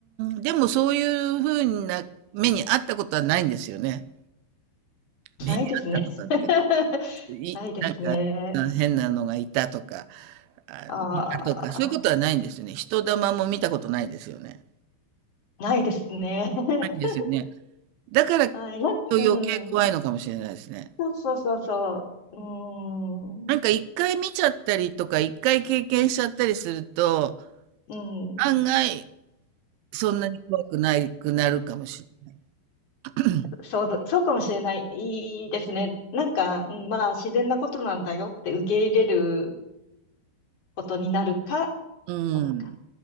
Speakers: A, on the right; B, on the left.
A: ん、でもそういう風な目にあったことはないんですよね。目にあったことって、
B: ないですね。<laughs>
A: い、
B: ないですね。
A: なんか変なのがいたとか、あ、
B: ああ、
A: 見たとか、そういうことはないんですよね。人玉も見たことないですよね。
B: ないですね。<laughs>
A: ないんですよね。だから、きっ
B: はい。な、
A: と余計怖いのかもしれないですね。
B: うん。そうそうそうそう。うーん。
A: なんか1回見ちゃったりとか、1回経験しちゃったりすると、
B: うん。
A: 案外そんなに怖くないくなるかもしれない <laughs>
B: そうだ、そうかもしれない。いいですね。なんか、うんまあ、自然なことなんだよって受け入れることになるか
A: <clears throat> うん、
B: どうか。